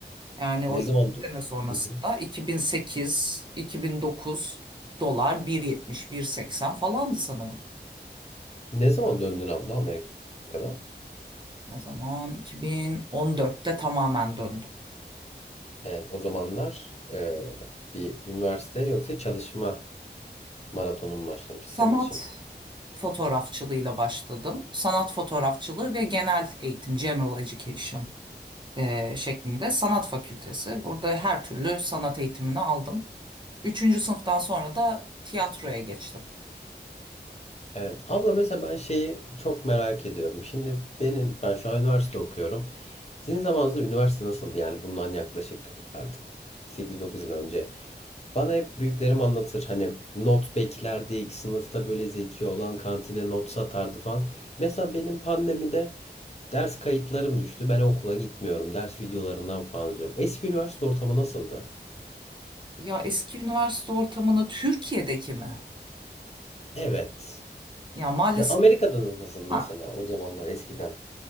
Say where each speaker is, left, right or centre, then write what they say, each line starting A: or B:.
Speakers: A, on the right (about 25°); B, on the left (about 35°).
A: Yani
B: Ne
A: o 2
B: zaman dö-
A: sene sonrasında
B: Hı hı.
A: 2008, 2009 dolar 1.70, 1.80 falandı sanırım.
B: Ne zaman döndün abla Amerika'dan?
A: Ne zaman? 2014'te tamamen döndü.
B: Evet, o zamanlar e, bir üniversite yoksa çalışma maratonun mu başlamış
A: Sanat
B: senin için?
A: fotoğrafçılığıyla başladım. Sanat fotoğrafçılığı ve genel eğitim, general education e, şeklinde sanat fakültesi. Burada her türlü sanat eğitimini aldım. Üçüncü sınıftan sonra da tiyatroya geçtim.
B: Evet. Abla mesela ben şeyi çok merak ediyorum. Şimdi benim ben şu an üniversite okuyorum. Sizin zamanınızda üniversite nasıldı? Yani bundan yaklaşık artık 8-9 yıl önce Bana hep büyüklerim anlatır hani not beklerdik, sınıfta böyle zeki olan kantine not satardı falan. Mesela benim pandemide ders kayıtlarım düştü. Ben okula gitmiyorum. Ders videolarından falan izliyorum. Eski üniversite ortamı nasıldı?
A: Ya eski üniversite ortamını Türkiye'deki mi?
B: Evet.
A: Ya maalesef
B: Ve Amerika'da nasıl mesela
A: ha,
B: o zamanlar eskiden?